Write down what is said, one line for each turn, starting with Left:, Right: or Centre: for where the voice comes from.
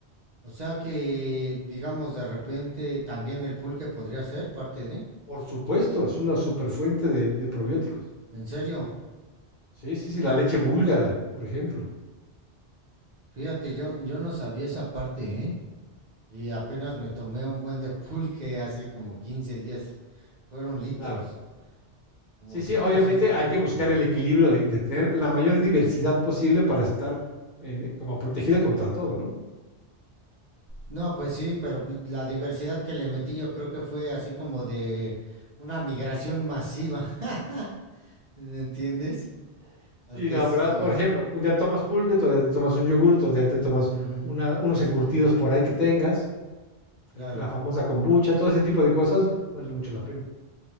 Right: O sea que, digamos, de repente también el pulque podría ser parte de.
Left: Por supuesto, es una superfuente de, de probióticos.
Right: En serio,
Left: Sí, sí, sí, la leche búlgara, por ejemplo.
Right: fíjate, yo, yo no sabía esa parte, ¿eh? Y apenas me tomé un buen de pulque hace como 15 días. Fueron litros,
Left: Claro.
Right: como
Left: Sí,
Right: 5
Left: sí, obviamente
Right: o seis litros
Left: hay que buscar
Right: que...
Left: el equilibrio de, de tener la mayor diversidad posible para estar en, como protegido contra todo, ¿no?
Right: No, pues sí, pero pues la diversidad que le metí yo creo que fue así como de una migración masiva. <laughs> ¿Entiendes? Porque
Left: Sí, no,
Right: sí.
Left: pero por ejemplo, un día tomas pulque, otro día te tomas un yogur, otro día te tomas
Right: ujú,
Left: una, unos encurtidos por ahí que tengas,
Right: claro.
Left: el- la famosa kombucha, todo ese tipo de cosas valen mucho la pena.